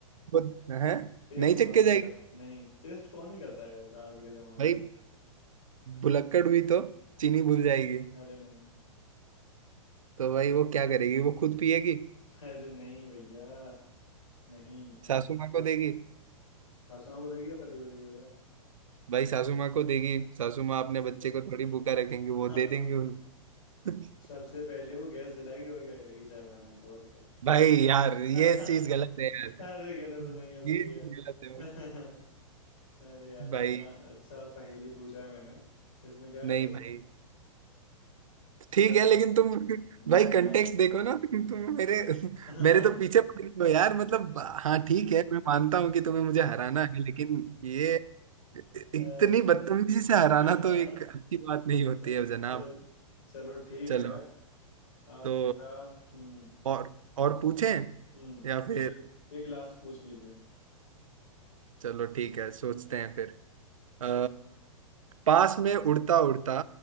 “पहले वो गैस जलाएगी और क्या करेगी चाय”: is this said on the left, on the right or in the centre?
Left